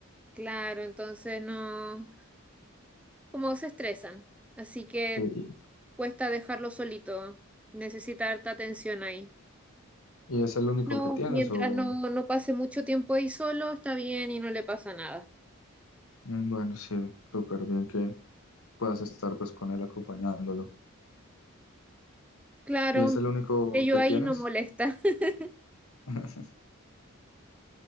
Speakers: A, in the centre; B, on the left.
A: Claro, entonces no, como se estresan. Así que
B: sí. ¿Y
A: cuesta dejarlo solito. Necesita harta atención ahí.
B: y es el único
A: No,
B: que tienes
A: mientras
B: o...?
A: no, no pase mucho tiempo ahí solo, está bien y no le pasa nada.
B: Mm, Bueno, sí, súper bien que puedas estar pues con él acompañándolo.
A: Claro,
B: ¿Y es el único
A: ello
B: que
A: ahí
B: tienes?
A: no molesta. <laughs>
B: <laughs>